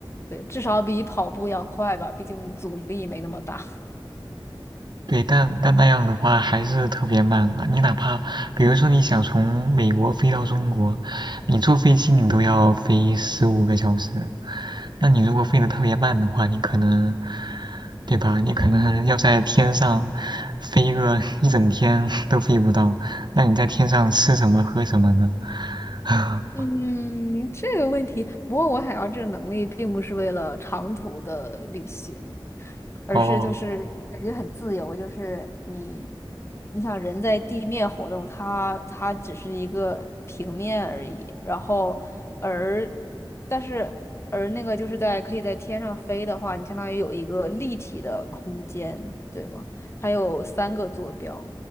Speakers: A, on the left (about 30°); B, on the right (about 55°).
A: 对，至少比跑步要快吧，毕竟阻力没那么大。<laughs>
B: 对，但但那样的话还是特别慢啊。你哪怕比如说你想从美国飞到中国，你坐飞机你都要飞十五个小时。那你如果飞得特别慢的话，你可能，对吧？你可能要在天上飞个 <laughs> 一整天 <laughs> 都飞不到。那你在天上吃什么喝什么呢？<laughs>
A: 嗯，这个问题，不过我想要这个能力，并不是为了长途的旅行。而是就是感觉很自由，
B: 哦
A: 就是你，你想人在地面活动，它它只是一个平面而已，然后而但是而那个就是在可以在天上飞的话，你相当于有一个立体的空间，对吗？它有三个坐标，